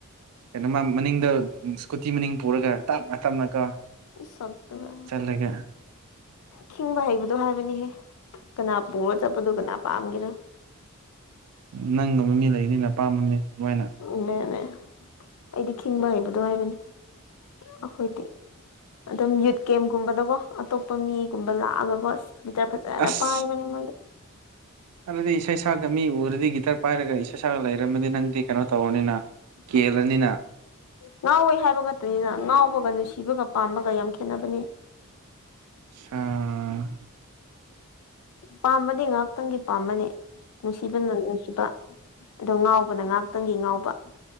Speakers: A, on the right; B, on the left.
A: ꯀꯩꯅꯣꯃ ꯃꯅꯤꯡꯗ ꯁ꯭ꯀꯨꯇꯤ ꯃꯅꯤꯡ ꯄꯨꯔꯒ ꯇꯞꯅ ꯇꯞꯅꯀ‌ꯣ
B: ꯏ ꯁꯛꯇꯨꯒ
A: ꯆꯠꯂꯒ
B: ꯈꯤꯡꯕ ꯍꯩꯕꯗꯣ ꯍꯥꯏꯕꯅꯤꯍꯦ ꯀꯅꯥ ꯄꯨꯔ ꯆꯠꯄꯗꯣ ꯀꯅꯥ ꯄꯥꯝꯒꯦꯔꯥ
A: ꯅꯪꯒꯨꯝꯃ ꯃꯤ ꯂꯩꯅꯤꯅ ꯄꯥꯝꯕ ꯃꯤ <unintelligible>
B: ꯎꯅꯦꯅꯦ ꯑꯩꯗꯤ ꯈꯤꯡꯕ ꯍꯩꯕꯗꯣ ꯍꯥꯏꯕꯅꯦ ꯑꯩꯈꯣꯏꯗꯤ ꯑꯗꯨꯝ ꯌꯨꯠ ꯒꯦꯝꯒꯨꯝꯕꯗꯀꯣ ꯑꯇꯣꯞꯄ ꯃꯤꯒꯨꯝꯕ ꯂꯥꯛꯑꯒꯀꯣ ꯑꯁ ꯒꯤꯇꯔ ꯐꯖ ꯖꯅ
A: ꯑꯁ
B: ꯄꯥꯏꯕꯅꯦ ꯃ‌ꯣꯏꯗꯤ
A: ꯑꯗꯨꯗꯤ ꯏꯁꯩ ꯁꯛꯑꯒ ꯃꯤ ꯎꯔꯗꯤ ꯒꯤꯇꯔ ꯄꯥꯏꯔꯒ ꯏꯁꯩ ꯁꯛꯑꯒ ꯂꯩꯔꯝꯃꯗꯤ ꯅꯪꯗꯤ ꯀꯩꯅꯣ ꯇꯧꯔꯅꯤꯅ
B: <unintelligible>
A: ꯀꯦꯜꯂꯅꯤꯅ
B: ꯉꯥꯎꯋꯦ ꯍꯥꯏꯕ ꯉꯇꯅꯤꯅ ꯉꯥꯎꯕꯒ ꯅꯨꯡꯁꯤꯕꯒ ꯄꯥꯝꯕꯒ ꯌꯥꯝ ꯈꯦꯠꯅꯕꯅꯤ
A: ꯑ
B: ꯄꯥꯝꯕꯗꯤ ꯉꯥꯏꯍꯥꯛꯇꯪꯒꯤ ꯄꯥꯝꯕꯅꯤ ꯅꯨꯡꯁꯤꯕꯅ ꯅꯨꯡꯁꯤꯕ ꯑꯗꯣ ꯉꯥꯎꯕꯅ ꯉꯥꯛꯇꯪꯒꯤ ꯉꯥꯎꯕ